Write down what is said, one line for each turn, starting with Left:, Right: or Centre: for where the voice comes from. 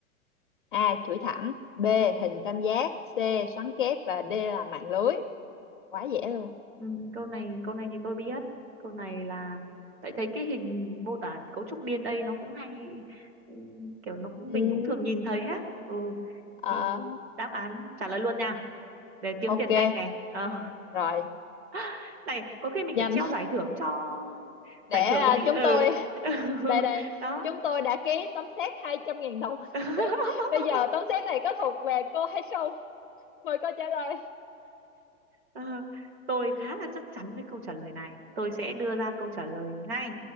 Left: A A. chuỗi thẳng B
Right: ừ,
Left: hình tam giác C xoắn kép và D là mạng lưới quá dễ luôn
Right: ừ, câu này câu này thì tôi biết câu này là tại thấy cái hình mô tả cấu trúc DNA nó cũng hay ừ, kiểu nó cũng
Left: ừ,
Right: mình cũng thường nhìn thấy á ừ
Left: ờ,
Right: thì đáp án trả lời luôn nha để kiếm
Left: ok
Right: tiền nhanh này ờ.
Left: rồi
Right: <laughs> này có khi mình
Left: nhanh
Right: phải treo giải thưởng cho
Left: để
Right: giải thưởng
Left: à,
Right: gì
Left: chúng
Right: ừ.
Left: tôi
Right: <laughs>
Left: đây đây
Right: đó
Left: chúng tôi đã ký tấm séc hai trăm 000 đồng
Right: <laughs>
Left: Bây giờ tấm xét này có thuộc về cô hay không? Mời cô trả lời.
Right: Ờ, tôi khá là chắc chắn với câu trả lời này tôi sẽ đưa ra câu trả lời ngay